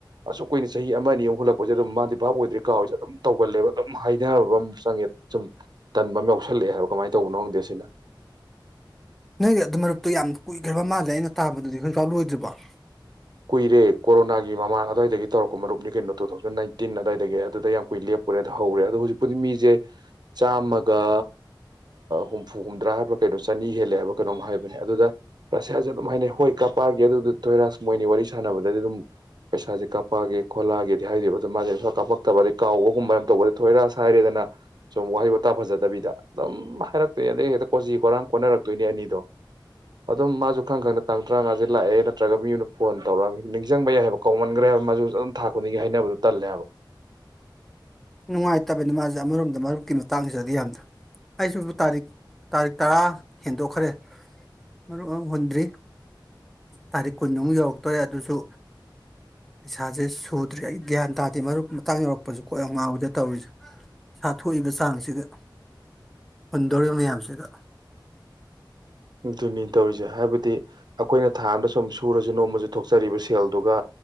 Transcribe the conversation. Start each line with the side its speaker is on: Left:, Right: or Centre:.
Right: ꯑꯁꯨꯛ ꯀꯨꯏꯅ ꯆꯍꯤ ꯑꯃ ꯑꯅꯤ ꯑꯃꯨꯛ ꯍꯨꯜꯂꯛꯄꯁꯦ ꯑꯗꯨꯝ ꯃꯥꯗꯤ ꯚꯥꯞ ꯑꯣꯏꯗ꯭ꯔꯤ ꯀꯥꯎꯏꯁꯦ ꯑꯗꯨꯝ ꯇꯧꯒꯜꯂꯦꯕ ꯑꯗꯨꯝ ꯍꯥꯏꯅꯅꯕ ꯑꯃ ꯆꯪꯉꯦ ꯁꯨꯝ ꯇꯟꯕ ꯑꯃ ꯌꯥꯎꯁꯜꯂꯛꯑꯦ ꯍꯥꯏꯕ ꯀꯃꯥꯏꯅ ꯇꯧꯕꯅꯣ ꯈꯪꯗꯦ ꯁꯤꯅ
Centre: ꯅꯣꯏꯒꯤ ꯑꯗꯨ ꯃꯔꯨꯞꯇꯣ ꯌꯥꯝ ꯀꯨꯏꯈ꯭ꯔꯕ ꯃꯥꯜꯂꯦ ꯑꯩꯅ ꯇꯥꯕꯗꯗꯤ ꯄꯥꯛ ꯂꯣꯏꯗ꯭ꯔꯤꯕꫭ
Right: ꯀꯨꯏꯔꯦ ꯀꯣꯔꯣꯅꯥꯒꯤ ꯃꯃꯥꯡ ꯑꯗꯨꯋꯥꯏꯗꯒꯤ ꯇꯧꯔꯛꯄ ꯃꯔꯨꯞꯅꯤ ꯀꯩꯅꯣ ꯇꯨ ꯊꯥꯎꯖꯟ ꯅꯥꯏꯟꯇꯤꯟ ꯑꯗꯨꯋꯥꯏꯗꯒꯤ ꯑꯗꯨꯗ ꯌꯥꯝ ꯀꯨꯏ ꯂꯦꯞꯄꯨꯔꯦ ꯑꯗ ꯍꯧꯔꯦ ꯑꯗꯣ ꯍꯧꯖꯤꯛꯄꯨꯗꯤ ꯃꯤꯁꯦ ꯆꯥꯝꯃꯒ ꯍꯨꯝꯐꯨ ꯍꯨꯝꯗ꯭ꯔꯥ ꯍꯥꯏꯕ꯭ꯔꯥ ꯀꯩꯅꯣ ꯆꯅꯤ ꯍꯦꯜꯂꯦ ꯍꯥꯏꯕ꯭ꯔ ꯀꯩꯅꯣꯝ ꯍꯥꯏꯕꯅꯦ ꯑꯗꯨꯗ ꯔꯁꯤꯌꯥꯁꯦ ꯑꯗꯨꯝ ꯍꯥꯏꯅꯩ ꯍꯣꯏ ꯀꯄꯥꯒꯤ ꯑꯗꯨꯗ ꯊꯣꯏꯔꯥꯁ ꯃꯣꯏꯅꯤ ꯋꯥꯔꯤ ꯁꯥꯟꯅꯕꯗꯗꯤ ꯑꯗꯨꯝ ꯄꯩꯁꯥꯁꯦ ꯀꯥꯄꯛꯀꯦ ꯈꯣꯠꯂꯛꯀꯦꯗꯤ ꯍꯥꯏꯗꯣꯏꯕ ꯑꯗꯨꯝ ꯃꯥꯁꯦ ꯄꯩꯁꯥ ꯀꯥꯞꯄꯛꯇꯕ ꯑꯗꯩ ꯀꯥꯎꯕꯒꯨꯝꯕ ꯇꯧꯕꯗꯤ ꯊꯣꯏꯔ ꯍꯥꯏꯔꯦꯗꯅ ꯁꯨꯝ ꯋꯥꯍꯩ ꯋꯥꯇꯥ ꯐꯖꯗꯕꯤꯗ ꯑꯗꯨꯝ ꯍꯥꯏꯔꯛꯇꯣꯏ ꯑꯗꯩ ꯍꯦꯛꯇ ꯀꯣꯆꯤ ꯀꯔꯥꯡ ꯀꯣꯟꯅꯔꯛꯇꯣꯏꯅꯦ ꯑꯅꯤꯗꯣ ꯑꯗꯨꯝ ꯃꯥꯁꯨ ꯈꯪ ꯈꯪꯗ ꯇꯥꯡ ꯇꯔꯥꯉꯥꯁꯦ ꯂꯥꯛꯑꯦ ꯅꯠꯇ꯭ꯔꯒ ꯃꯤ ꯐꯣꯟ ꯇꯧꯔꯛꯑꯃꯤ ꯅꯤꯡꯁꯤꯡꯕ ꯌꯥꯏ ꯍꯥꯏꯕ ꯀꯧꯃꯟꯈ꯭ꯔꯦ ꯍꯥꯏꯕ ꯃꯥꯗꯨ ꯑꯗꯨꯝ ꯊꯥ ꯈꯨꯗꯤꯡꯒꯤ ꯍꯥꯏꯅꯕꯗꯨꯣ ꯇꯜꯂꯦ ꯍꯥꯏꯕ
Centre: ꯅꯨꯡꯉꯥꯏꯇꯕꯅꯤ ꯃꯥꯁꯦ ꯑꯃꯔꯣꯝꯗ ꯃꯔꯨꯞꯀꯤ ꯃꯇꯥꯡꯁꯤꯗꯗꯤ ꯌꯥꯝꯅ ꯑꯩꯁꯨꯕꯨ ꯇꯥꯔꯤꯛ ꯇꯥꯔꯤꯛ ꯇꯔꯥ ꯍꯦꯟꯗꯣꯛꯈ꯭ꯔꯦ ꯃꯔꯨꯞ ꯑꯃꯛ ꯍꯨꯟꯗ꯭ꯔꯤ ꯇꯥꯔꯤꯛ ꯀꯨꯟꯃꯨꯛ ꯌꯧꯔꯛꯇꯣꯔꯦ ꯑꯗꯨꯁꯨ ꯄꯩꯁꯥꯁꯦ ꯁꯨꯗ꯭ꯔꯤ ꯑꯩ ꯒ꯭ꯌꯥꯟ ꯇꯥꯗꯦ ꯃꯔꯨꯞ ꯃꯇꯥꯡ ꯌꯧꯔꯛꯄꯁꯨ ꯀꯣꯏ ꯌꯥꯝ ꯉꯥꯎꯕꯗ ꯇꯧꯔꯤꯁꯦ ꯁꯥ ꯊꯣꯛꯏꯕ ꯆꯥꯡꯁꯤꯒ ꯍꯨꯟꯗꯧꯔꯤꯕ ꯃꯌꯥꯝꯁꯤꯒ
Right: ꯑꯗꯨꯅꯤ ꯇꯧꯔꯤꯁꯦ ꯍꯥꯏꯕꯗꯤ ꯑꯩꯈꯣꯏꯅ ꯊꯥꯝꯗ ꯁꯨꯝ ꯁꯨꯔꯁꯤ ꯅꯣꯡꯃꯦ ꯊꯣꯛꯆꯦ ꯠ ꯆꯔꯤꯕ ꯁꯦꯜꯗꯨꯒ